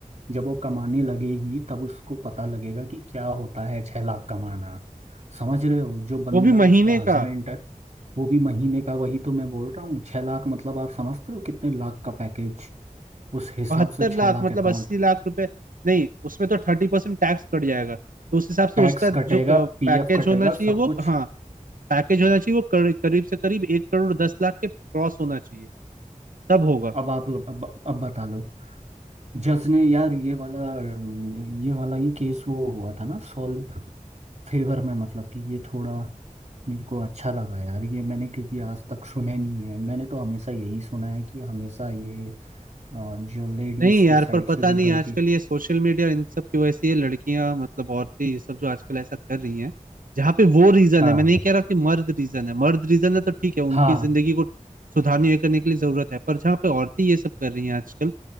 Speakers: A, on the right; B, on the right.
A: जब वो कमाने लगेगी तब उसको पता लगेगा कि क्या होता है छह लाख कमाना समझ रहे हो जो बंदा
B: वो भी महीने
A: उसका हस्बैंड
B: का
A: है वो भी महीने का वही तो मैं बोल रहा हूँ छह लाख मतलब आप समझते हो कितने लाख का पैकेज उस हिसाब
B: बहत्तर
A: से छह
B: लाख
A: लाख
B: मतलब
A: अकाउंट
B: अस्सी लाख रुपए नहीं उसमें तो थर्टी परसेंट टैक्स कट जाएगा तो उस हिसाब से
A: टैक्स
B: उसका
A: कटेगा
B: जो पैकेज
A: पीएफ कटेगा
B: होना चाहिए
A: सब
B: वो
A: कुछ
B: हाँ पैकेज होना चाहिए वो कर, करीब से करीब एक करोड़ दस लाख के क्रॉस होना चाहिए तब होगा
A: अब आप अब, अब बता लो जज ने यार ये वाला ये वाला ही केस वो हुआ था ना सॉल्व फेवर में मतलब कि ये थोड़ा मेरे को अच्छा लगा यार ये मैंने क्योंकि आज तक सुने नहीं है मैंने तो हमेशा यही सुना है कि हमेशा ये अ, जो लेडीज
B: नहीं यार
A: के साइड
B: पर पता
A: से जो
B: नहीं
A: गलती
B: आजकल ये सोशल मीडिया इन सब की वजह से ये लड़कियां मतलब औरतें ये सब जो आजकल ऐसा कर रही हैं जहाँ पे वो रीजन
A: हाँ
B: है मैं नहीं कह रहा कि मर्द रीजन है मर्द रीजन है तो ठीक है उनकी
A: हाँ
B: जिंदगी को सुधारने ये करने के लिए जरूरत है पर जहाँ पे औरतें ये सब कर रही हैं आजकल